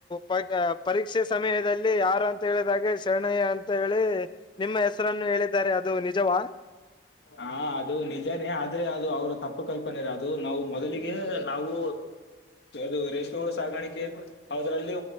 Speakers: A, on the left; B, on the left.
A: ಪ ಪರೀಕ್ಷೆ ಸಮಯದಲ್ಲಿ ಯಾರು ಅಂತ ಹೇಳಿದಾಗ ಶರಣಯ್ಯ ಅಂತ ಹೇಳಿ ನಿಮ್ಮ ಹೆಸರನ್ನು ಹೇಳಿದ್ದಾರೆ ಅದು ನಿಜವಾ
B: ಹಾ ಅದು ನಿಜಾನೇ ಆದ್ರೆ ಅದು ಅವ್ರ ತಪ್ಪು ಕಲ್ಪನೆ ಅದು ನಾವು ಮೊದಲಿಗೆ ನಾವು ದು ರೇಷ್ಮೆಹುಳು ಸಾಗಾಣಿಕೆ ಅದ್ರಲ್ಲಿ